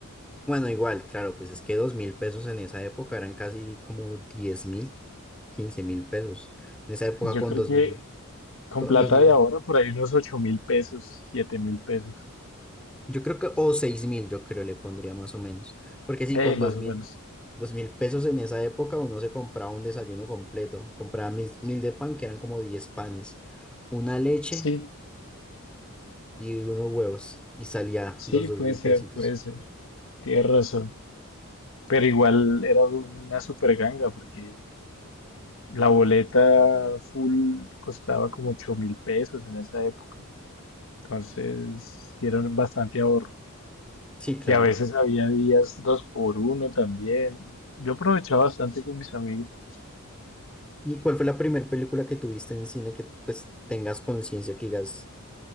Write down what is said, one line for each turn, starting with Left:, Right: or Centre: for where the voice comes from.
Centre: Bueno, igual, claro, pues es que dos mil pesos en esa época eran casi como diez mil, quince mil pesos. En esa época
Left: Yo
Centre: con
Left: creo
Centre: dos
Left: que
Centre: mil,
Left: Con
Centre: con
Left: plata
Centre: dos mil,
Left: de ahora, por ahí unos 8 mil pesos, 7 mil pesos.
Centre: yo creo que, o seis mil, yo creo le pondría más o menos. Porque sí,
Left: Eh,
Centre: con
Left: más
Centre: dos mil,
Left: o menos.
Centre: dos mil pesos en esa época uno se compraba un desayuno completo. Compraba mil, mil de pan, que eran como diez panes, una leche
Left: Sí,
Centre: y unos huevos, y salía
Left: sí,
Centre: los dos
Left: puede
Centre: mil
Left: ser,
Centre: pesitos.
Left: puede ser. Tienes razón. Pero igual era una super ganga porque la boleta full costaba como 8 mil pesos en esa época. Entonces, sí era bastante ahorro.
Centre: Sí, claro.
Left: Y a veces había días dos por uno también. Yo aprovechaba bastante con mis amigos.
Centre: ¿Y cuál fue la primera película que tuviste en cine que pues tengas conciencia que digas?